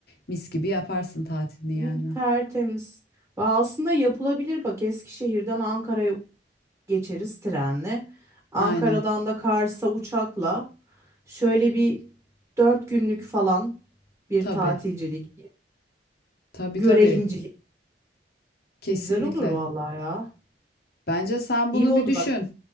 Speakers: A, on the left (about 60°); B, on the right (about 15°).
A: Mis gibi yaparsın tatilini
B: Hı,
A: yani.
B: Tertemiz. Va, Aslında yapılabilir bak Eskişehir'den Ankara'ya geçeriz trenle. Ankara'dan
A: Aynen.
B: da Kars'a uçakla şöyle bir dört günlük falan bir
A: Tabii.
B: tatilcilik.
A: Tabii
B: Görelimcilik.
A: tabii. Kesinlikle.
B: Güzel olur vallahi ya.
A: Bence sen
B: İyi
A: bunu
B: oldu
A: bir düşün.
B: bak.